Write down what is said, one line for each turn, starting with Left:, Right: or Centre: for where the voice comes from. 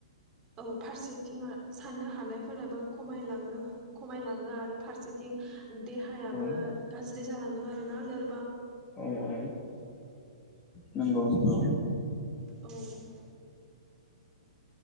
Right: औ फारसेथिं साननो हानायफोराबो खमायलांनो खमायलाङो आरो फारसेथिं देहायाबो
Left: औ
Right: गा जालाङो आरोना लोर
Left: औ औ। नोंगौ नोंगौ।
Right: औ। <inaudible>